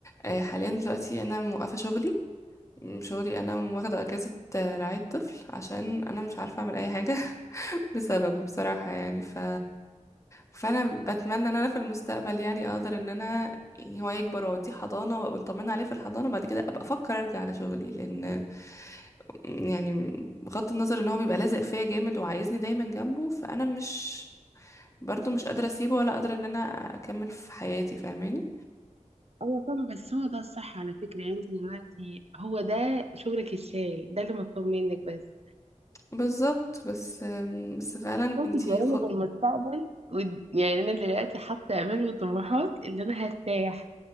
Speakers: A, on the left (about 25°); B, on the right (about 50°).
A: آه، حاليا دلوقتي انا موقفة شغلي م- شغلي انا واخدة اجازة آه، رعاية طفل عشان انا مش عارفة اعمل اي حاجة <laughs> بسببه بصراحة يعني ف فانا بتمنى ان انا في المستقبل يعني اقدر ان انا يعني هو يكبر واوديه حضانة وابقى مطمنة عليه في الحضانة وبعد كده ابقى افكر ارجع لشغلي لان يعني بغض النظر ان هو بيبقى لازق فيا جامد وعايزني دايما جنبه فانا مش برضو مش قادرة اسيبه ولا قادرة ان انا اكمل في حياتي فاهماني
B: ايوه طبعا بس هو ده الصح على فكره يعني انت دلوقتي هو ده شغلك الشاغل ده اللي مطلوب منك بس
A: بالظبط بس أم، بس فعلا
B: انت
A: انتي
B: جايه
A: خ...
B: المستقبل ود- يعني انا دلوقتي حاطه امال وطموحات اللي انا هرتاح